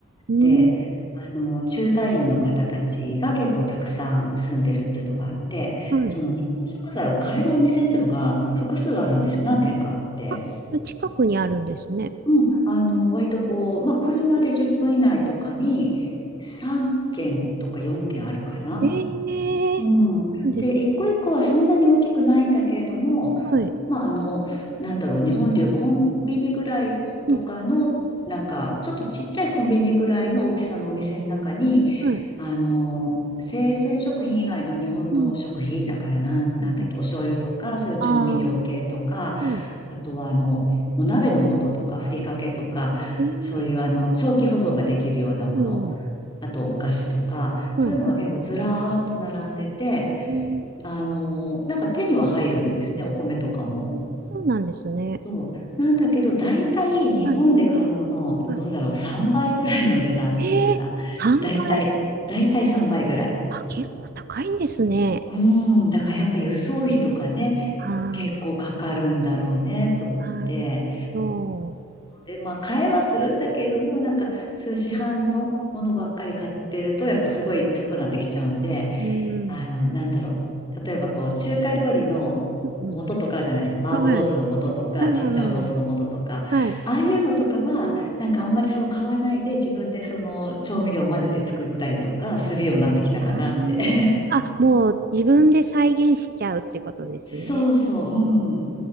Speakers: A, on the right; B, on the left.
A: うん。
B: で、あの、駐在員の方たちが結構たくさん住んでるっていうのがあって、
A: はい。
B: その日本食材を買えるお店っていうのが複数あるんですよ。何軒かあって。
A: あ、それ近くにあるんですね。
B: うん、あの、割とこう、まあ、車で10分以内とかに3軒とか4軒あるかな。
A: ええそうなんですか。
B: うん。で、一個一個はそんなに大きくないんだけれども、
A: はい。
B: まあ、あの、なんだろう、日本でいうコンビニぐらいとかの、
A: うん。
B: なんか、ちょっとちっちゃいコンビニぐらいの大きさのお店の中に、
A: はい。
B: あの、生鮮食品以外の日本の食品、
A: うん。
B: だからなん、なんだっけ、
A: うん。
B: お醤油とか、そういう調味料系とか、
A: ああー、うん。
B: あとは、あの、お鍋の素とか、ふりかけとか、
A: ええ
B: そういう、あの、長期保存ができるようなもの、
A: うん。
B: あと、お菓子とか、
A: はい。
B: そういうのが結構ずらーっと並んでて、
A: うん。
B: あの、なんか手には入るんですね、お米とかも。
A: そうなんですね。
B: そう。なんだけど、だいたい日本で買うのの、
A: はい。あ、
B: どうだろう、3倍ぐらいの値段するかな。
A: ええ3倍。
B: だいたい、だいたい3倍ぐらい。
A: あ、結構高いんですね。
B: うーん。だからやっぱ輸送費とかね、
A: ああ、
B: 結構かかるんだろうね、と思って。
A: なるほ
B: で、まあ、買えはするんだけれども、なんか、そういう市販のものばっかり買ってると、
A: ど。
B: やっぱすごい高くなってきちゃうんで、
A: うん。
B: あの、なんだろう。例えば、こう、中華料理の
A: うん
B: 素とかあるじゃないですか。麻婆豆腐の素とか、
A: はい。うんうん。
B: チンジャオロースの素とか。
A: はい。
B: ああいうのとかは、なんかあんまりその買わないで、自分でその調味料を混ぜて作ったりとかするようになってきたかなって。
A: あー、
B: <laughs>
A: あもう自分で再現しちゃうってことですね。
B: そうそう、うん。